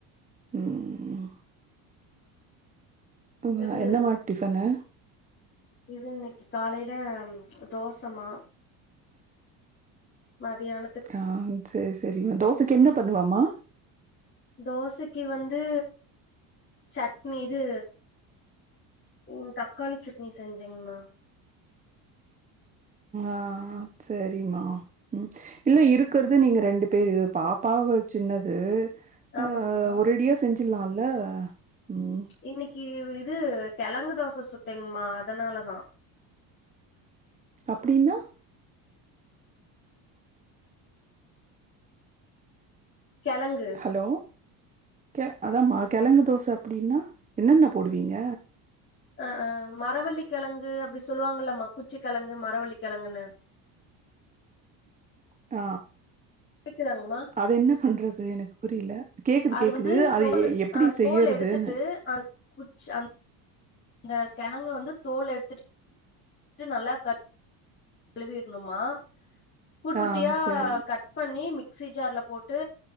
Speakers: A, on the right; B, on the left.
A: ம் ஆ
B: இது
A: என்ன மா டிஃபனு
B: இது இன்னைக்கு காலையில தோசமா மதியான
A: ஆ சேரி சேரி தோசைக்கு என்ன பண்ணுவமா
B: தோசைக்கு வந்து சட்னி இது ம் தக்காளி சட்னி செஞ்சேங்மா
A: ஆ செரிமா ம் இல்ல இருக்கற நீங்க ரெண்டு பேரு பாப்பாவ சின்னது
B: ஆமாங்கம்மா
A: அ ஒரேடியா செஞ் சில்லால்ல ம்
B: இன்னிக்கு இது கெழங்கு தோச சுட்டேங்கமா அதனாலதா
A: அப்டின்னா
B: கெழங்கு
A: ஹலோ கெ அதாம்மா கெழங்கு தோச அப்டின்னா என்னென்ன போடுவீங்க
B: அ அ மரவள்ளி கெழங்கு அப்டி சொல்லுவாங்குல மக்குச்சி கெழங்கு மரவள்ளிக்கெழங்குன்னு
A: ஆ
B: கேக்குதாங்ம்மா
A: அது என்ன பண்றது எனக் புரில கேக்குது
B: அது
A: கேக்குது
B: வந்து
A: அது
B: தோல்
A: எ எப்பிடி
B: ஆ
A: செய்யறதூன்னு
B: தோல் எடுத்துட்டு குச் அந் த கெழங்க வந்து தோல் எடுத்துட் ட்டு நல்லா க கழுவீர்ணுமா குட் குட்டியா
A: ஆ சரி.
B: கட் பண்ணி மிக் ஸி ஜார்ல போட்டு